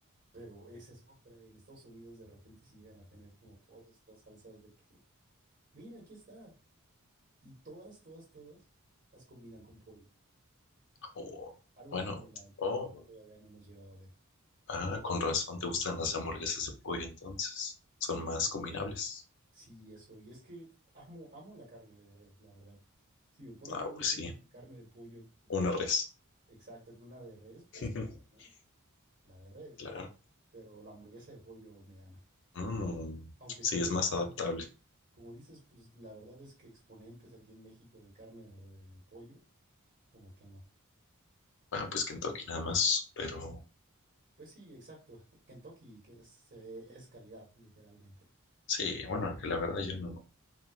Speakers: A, on the right; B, on the left.
A: Pero esa es otra. En Estados Unidos de repente sí llegan a tener como todas estas salsas de que, mira, aquí está. Y todas, todas, todas las combinan con pollo.
B: Oh,
A: Algo
B: bueno.
A: tiene la de pollo
B: Oh,
A: que todavía no hemos llegado a ver.
B: ah, con razón te gustan las hamburguesas de pollo entonces. Son
A: Sí,
B: más combinables.
A: sí, eso. Y es que amo, amo la carne de res, la verdad. Si me ponen
B: Ah,
A: un
B: pues
A: <laughs>
B: sí.
A: carne de pollo
B: Una res.
A: Exacto, que una de res, pues
B: <laughs>
A: claro, ¿no? La de res,
B: Claro.
A: pero la hamburguesa de pollo me gana.
B: Mm,
A: Aunque
B: sí,
A: sí,
B: es más adaptable.
A: como dices, pues la verdad es que exponentes aquí en México de carne de re- pollo, como que no.
B: Ah, pues Kentucky nada más, pero
A: Pues sí, exacto. <laughs> Kentucky, que es, se- es calidad, literalmente.
B: sí, bueno, que la verdad yo no,